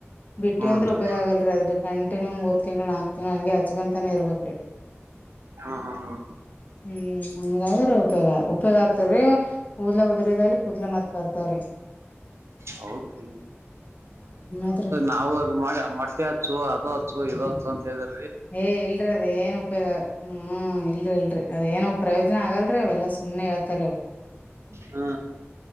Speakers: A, on the left (about 35°); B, on the right (about 70°).
A: ಬಿಟ್ಟಿವ
B: ಹೂನ್ರಿ
A: ಅಂದ್ರೆ ಉಪಯೋಗ ಆಗಲ್ರಿ ಅದ ಕಂಟಿನ್ಯೂ ಮೂರ್ ತಿಂಗಳು ನಾಕ ತಿಂಗಳು ಹಂಗೆ ಹಚ್ಕೊಂತಾನೇ ಇರ್ಬೇಕ್ರೀ
B: ಹಾ ಹಾ ಹಾ
A: ಹ್ಮ್ ಹಂಗಾದ್ರೆ ಉಪಯೋಗ ಉಪಯೋಗ ಆತಾರೀ ಕೂದ್ಲ ಉದ್ರಿದಲಿ ಕೂದ್ಲ ಮತ್ತ ಬರ್ತಾವ್ ರೀ
B: ಹೌದು <unintelligible>
A: ಅದ್ರ
B: ನಾವು ಅದು ಮಾಡಿ ಮೊಟ್ಟೆ ಹಚ್ಚು ಅದು ಹಚ್ಚು ಇದು ಹಚ್ಚು ಅಂತ ಹೇಳಿದ್ರೆ
A: ಏ ಇಲ್ರರಿ ಅದ ಏನ್ ಉಪಯೋಗ ಹ್ಮ್ ಇಲ್ರಿ ಇಲ್ರರಿ ಅದೇಏನು ಪ್ರಯೋಜನ ಆಗಲ್ರರಿ ಅವೆಲ್ಲ ಸುಳ ಸುಮ್ನೆ ಹೇಳ್ತಾರೆ ಅವರ
B: ಹಾ